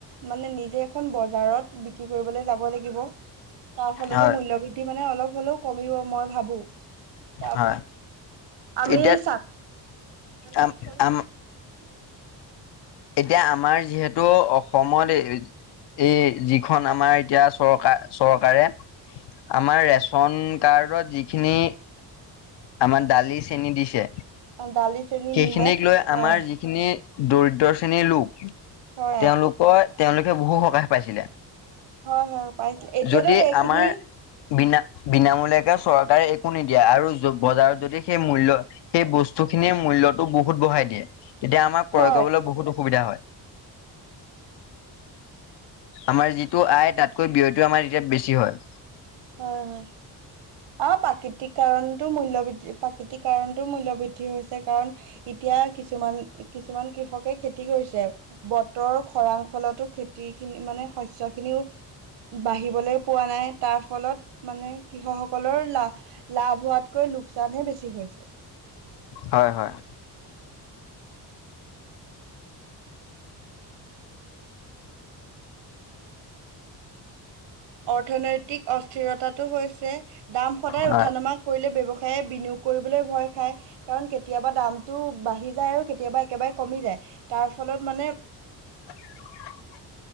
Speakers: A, on the right; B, on the left.
A: মানে নিজে এখন বজাৰত বিক্ৰী কৰিবলৈ যাব লাগিব তাৰ ফলতো
B: হয়
A: মূল্্য বৃদ্ধি মানে অলপ হ'লেও কমিব মই ভাবো ত
B: হয়
A: আমি
B: এতিয়া
A: ঘ কাম
B: আম
A: থৰি
B: আম
A: দ
B: এতিয়া আমাৰ যিহেতু অসমত এই যিখন আমাৰ এতিয়া চৰকাৰ চৰকাৰে আমাৰ ৰেচন কাৰ্ডৰ যিখিনি আমাৰ দালি চেনি দিছে
A: দালি চেনি
B: সেইখিনিক
A: নিমখ
B: লৈ
A: হয়
B: আমাৰ যিখিনি দৰিদ্ৰ শ্ৰেণীৰ লোক
A: হয়
B: তেওঁলোকৰ তেওঁলোকে বহু সকাহ পাইছিলে
A: হয় হয় পাইছিলো এতিয়াতো
B: যদি
A: সেইখিনি
B: আমাৰ বিনা বিনামূলাকে চৰকাৰে একো নিদিয়ে আৰু বজাৰত যদি সেই মূল্য় সেই বস্তু এইখিনিয়ে মূল্যত বহুতঢ়াই দিয়ে তেতিয়া আমাৰ ক্ৰয়
A: হয়
B: কৰিবলৈ বহুত অসুবিধা হয় আমাৰ যিটো আয় তাতকৈ ব্যয়তটো আমাৰ এতিয়া বেছি হয়
A: হয় হয় অ প্ৰাকৃতিক কাৰণতো মূল্য় বৃদ্ধি প্ৰাকৃতিক কাৰনতটো মূল্য় বৃদ্ধি হৈছে কাৰণ এতি এতিয়া কিছুমান কিছুমান কৃষকে খেতি কৰিছে বতৰৰ খৰাং ফলতো খেতি খিন মানে শস্য খিনিও বাঢ়িবলৈ পোৱা নাই। তাৰ ফলত মানে কৃষকসকলৰ লা- লাভ হোৱাতকৈ ল লোকচানহে বেছি হৈছে।
B: হয় - হয়। <inaudible>
A: অৰ্থনৈতিক অস্থিৰতাটো হৈছে দাম সদায়
B: হয়
A: উঠা নমা কৰিলে ব্যৱসায়ে বিনিয়োগ কৰিবলৈ ভয় খাই কাৰণ কেতিয়াবা দামটো বাঢ়ি যায় আৰু কেতিয়াবা একেবাৰে কমি যায় তাৰ ফলত মানে।
B: <inaudible>